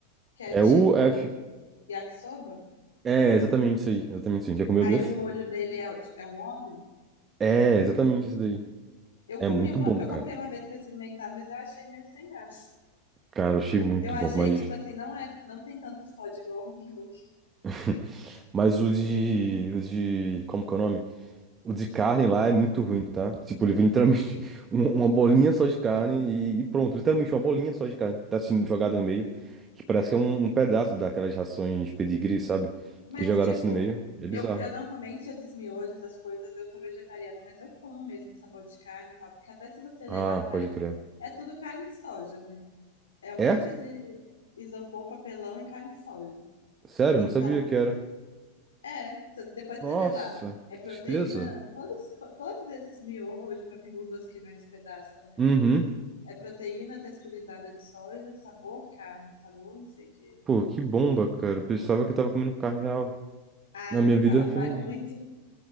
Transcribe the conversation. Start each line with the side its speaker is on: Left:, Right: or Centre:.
Left: que
Right: É
Left: é tipo
Right: UF...
Left: yakisoba.
Right: É, exatamente isso aí. Exatamente isso aí. Já comeu
Left: Aí
Right: desse?
Left: o molho dele é, o- é um óleo.
Right: É, exatamente isso daí.
Left: Eu
Right: É
Left: comi
Right: muito
Left: uma,
Right: bom,
Left: eu
Right: cara.
Left: comprei uma vez pra experimentar, mas eu achei meio sem graça.
Right: Cara, eu achei
Left: O-
Right: muito
Left: Eu achei,
Right: bom, mas...
Left: tipo assim, não é, não tem tanto sódio igual o miojo.
Right: <laughs> Mas o de. O de. Como que é o nome? O de carne lá é muito ruim, tá? Tipo, ele vem literalmente <laughs> um- uma bolinha só de carne e, e pronto. Literalmente uma bolinha só de carne que tá sendo jogada no meio. Que parece que é um, um pedaço daquelas rações pedigree, sabe?
Left: Mas,
Right: Que jogaram
Left: tipo,
Right: assim no meio. É bizarro.
Left: eu, eu normalmente esses miojos, essas coisas, eu sou vegetariana, mas eu como mesmo sabor de carne e tal, porque até se você
Right: Ah,
Left: ler lá atrás,
Right: pode crer.
Left: é tudo carne de soja, né? É um
Right: É?
Left: monte de isopor, papelão e carne de soja.
Right: Sério,
Left: Então,
Right: não sabia que era.
Left: É, só que depois
Right: Nossa,
Left: você lê lá. É
Right: que
Left: proteína,
Right: tristeza.
Left: todos, todos esses miojo, capinudos que vem os pedaços também,
Right: Uhum.
Left: é proteína texturizada de soja, sabor carne, sabor não sei o quê.
Right: Pô, que bomba, cara. Pensava que eu tava comendo carne real.
Left: Ah,
Right: Na minha vida
Left: tá,
Right: foi.
Left: vai
Right: um
Left: muito.